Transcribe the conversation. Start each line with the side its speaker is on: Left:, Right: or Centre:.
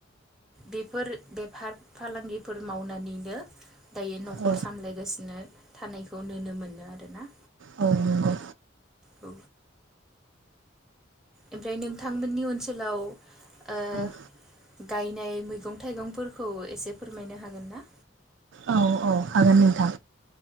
Centre: बिफोर बेफार फालांगिफोर मावनानैनो दायो नखर
Right: औ
Centre: सामलायगासिनो थानायखौ नुनो मोनो आरो ना
Right: औ नंगौ
Centre: औ ओमफ्राय नोंथांमोननि ओनसोलाव
Right: औ
Centre: ओ गायनाय मैगं थाइगंफोरखौ एसे फोरमायनो हागोन ना
Right: औ औ हागोन नोंथां